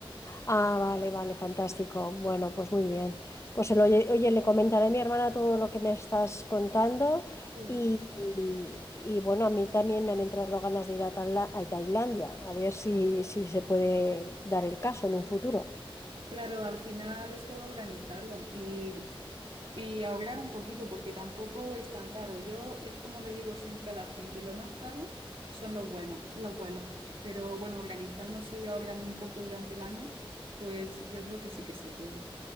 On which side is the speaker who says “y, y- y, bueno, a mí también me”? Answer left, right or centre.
Left